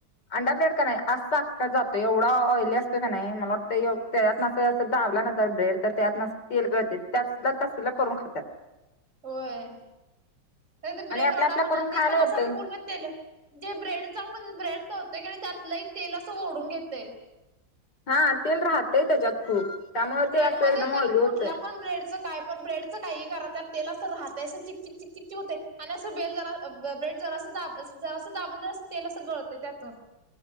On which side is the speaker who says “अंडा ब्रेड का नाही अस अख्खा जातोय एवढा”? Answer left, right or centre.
Left